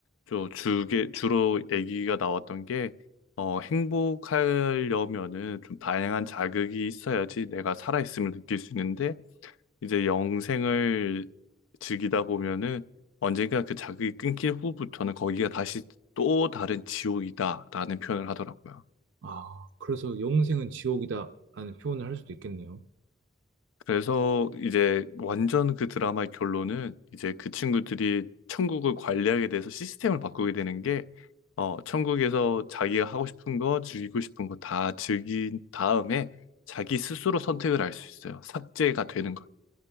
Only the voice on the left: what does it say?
저 주게, 주로 얘기가 나왔던 게 어, 행복하려면은 좀 다양한 자극이 있어야지 내가 살아있음을 느낄 수 있는데 이제 영생을 즐기다 보면은 언젠가 그 자극이 끊길 후부터는 거기가 다시 또 다른 지옥이다라는 표현을 하더라고요.
그래서 이제 완전 그 드라마의 결론은 이제 그 친구들이 천국을 관리하게 돼서 시스템을 바꾸게 되는 게 어, 천국에서 자기가 하고 싶은 거, 즐기고 싶은 거 다 즐긴 다음에 자기 스스로 선택을 할 수 있어요. 삭제가 되는 거예요.